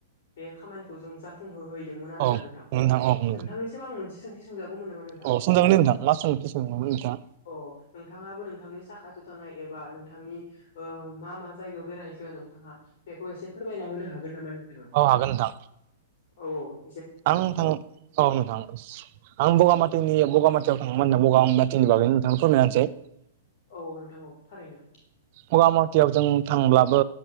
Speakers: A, on the left; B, on the right.
A: बे खामानिखौ जों जाफुंहोहै दोंमोन आरो
B: औ
A: ना नोंथां ।
B: नंगौ औ नंगौ
A: नोंथांनिसिम आं मोनसे सोंथि सोंजागौमोन नामा नोंथां?
B: औ सोंजागोन दे नोंथां मा सोंथि सोंदोंमोन नोंथाङा
A: अ। नोंथांङाबो नोंथांनि साखाथियाव थानाय एबा नोंथांनि ओ मा मा जायगायाव बेरायहैखो नोंथांङा? बेखौ एसे फोरमायना होनो हागोन नामा?
B: औव हागोन नोथां ।
A: औव औव ।
B: आं थां औ नोंथां आं बगामाथिनि
A: औ
B: बगामाथियाव थाङोमोन होना बगा बिनि बागै नोंथांनो फोरमायना होनिसै
A: औव औव नोंथांङ औव थारैनो ।
B: बगामाटियाव जों थांब्लाबो